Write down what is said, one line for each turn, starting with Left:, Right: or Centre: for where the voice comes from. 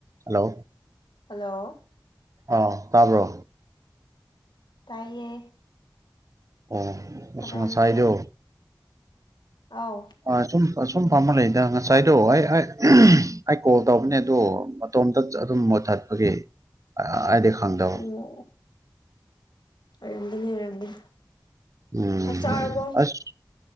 Right: hello
Left: hello
Right: ꯑꯥ ꯇꯥꯕ꯭ꯔꯣ
Left: ꯇꯥꯏꯌꯦ
Right: ꯑꯣ
Left: ꯀꯗꯧꯔꯤꯒꯦ
Right: ꯑꯁ ꯉꯁꯥꯏꯗꯣ
Left: ꯑꯥꯎ
Right: ꯑ ꯁꯨꯝ ꯁꯨꯝ ꯄꯃꯨꯔꯦ ꯑꯗ ꯉꯁꯥꯏꯗꯣ ꯑꯩ ꯑꯩ ꯀꯣꯜ ꯇꯧꯕꯅꯦ ꯑꯗꯣ ꯃꯇꯣꯝꯇ ꯑꯗꯨꯝ ꯃꯨꯠꯊꯠꯄꯒꯤ ꯑꯩꯗꯤ ꯈꯪꯗꯕ
Left: ꯑꯣ ꯑꯣꯏꯔꯝꯒꯅꯤ ꯑꯣꯏꯔꯝꯒꯅꯤ
Right: ꯎꯝ
Left: ꯆꯥꯛ ꯆꯥꯔꯕꯣ
Right: ꯑꯁ